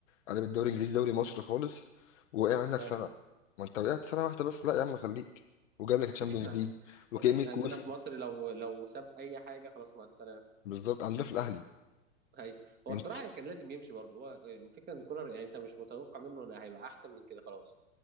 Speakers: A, on the left; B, on the right.
A: قلب الدوري الانجليزي دوري مصر خالص وقع منك
B: <laughs>
A: سنة ما انت وقعت سنة واحدة بس لا يا عم خليك وجاب لك الشامبيونز
B: احنا
A: ليج وكأمية
B: احنا
A: كوس
B: عندنا في مصر لو لو ساب اي حاجة خلاص مع السلامة
A: بالظبط عندنا في الاهلي
B: هي هو
A: انت
B: الصراحة كان لازم يمشي برضه هو يعني الفكرة ان كولر يعني انت مش متوقع منه انه هيبقى احسن من كده خلاص